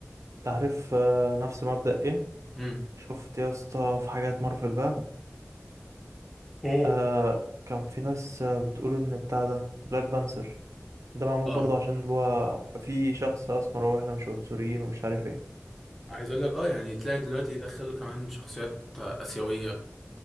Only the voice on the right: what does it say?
تعرف آه، نفس مبدأ ايه
شفت يا اسطى في حاجات مارفل بقى
آه كان في ناس آه، بتقول ان بتاع ده بلاك بانثر ده معمول
برضه عشان اللي هو في شخص اسمر هو احنا مش عنصريين ومش عارف ايه